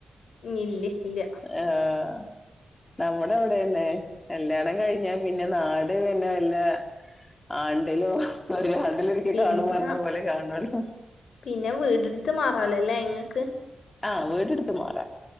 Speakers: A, on the left; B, on the left.
A: ഉ ഇല്ലേ ഇല്ലയ
B: ആഹ് നമ്മുടെ എവിടെന്നെ കല്യാണം കഴിഞ്ഞ പിന്നെ നാട് പിന്നെ വല്ല ആണ്ടിലും ആണ്ടിലൊരിക്ക
A: പിന്നെ
B: കാണും പറഞ്ഞ പോലെ കാണള്ളൂ
A: പിന്നെ വീടെടുത്ത് മാറാലല്ലേ ഇങ്ങൾക്ക്
B: ആഹ് വീടെടുത്ത് മാറാ